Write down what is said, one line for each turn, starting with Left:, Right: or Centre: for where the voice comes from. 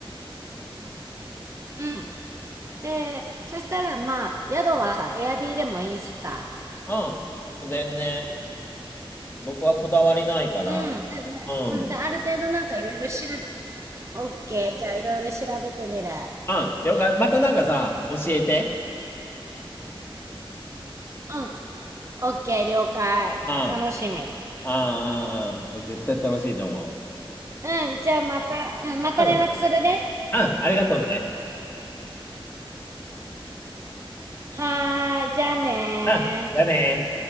Right: うん。で、そしたらまあ、宿はさ、エアビーでもいいしさ、
Left: う。うん。もう全然、僕はこだわりないから。
Right: うん。で、でうんで、
Left: うん。
Right: ある程度なんかいろいろ調べ、オッケー、じゃあいろいろ調べてみる。
Left: うん、了解。またなんかさ、教えて。
Right: うん。オッケー、了解。
Left: うん、
Right: 楽しみ。
Left: うん、うん、うん。絶対楽しいと思
Right: うん、じゃあまた、うん、また連絡するね。
Left: う。うん、うん、ありがとうね。
Right: はーい、じゃあねー。
Left: うん、だね